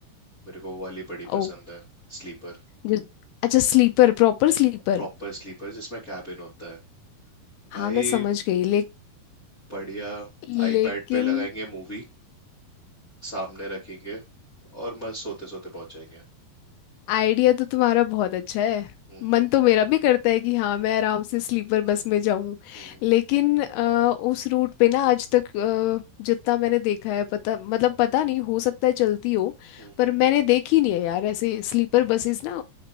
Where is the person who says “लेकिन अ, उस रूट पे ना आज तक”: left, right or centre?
Left